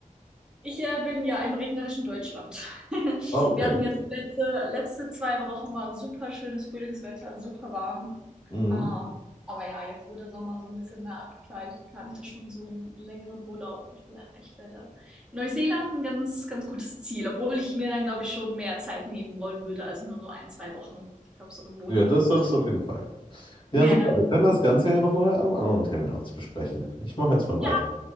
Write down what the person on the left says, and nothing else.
Ah, okay.
Mhm.
Ja, das
solltest
du auf jeden Fall.
Ja, super.
Wir können das Ganze ja nochmal an einem anderen Termin auch besprechen. Ich mache jetzt mal
weiter.